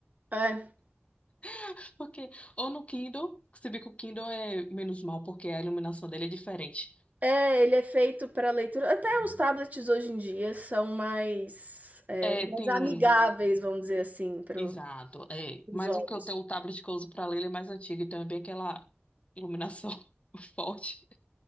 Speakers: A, on the right; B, on the left.
A: É,
B: <laughs> Porque, ou no Kindle, se bem que o Kindle é menos mal, porque a iluminação dele é diferente.
A: é, ele é feito para leitura. Até os tablets hoje em dia são mais, é,
B: É,
A: mais
B: tem
A: amigáveis,
B: um.
A: vamos dizer assim, para
B: Exato, é.
A: os
B: Mas
A: olhos.
B: o que eu tenho, o tablet que eu uso pra ler, ele é mais antigo, então é bem aquela iluminação <laughs> forte.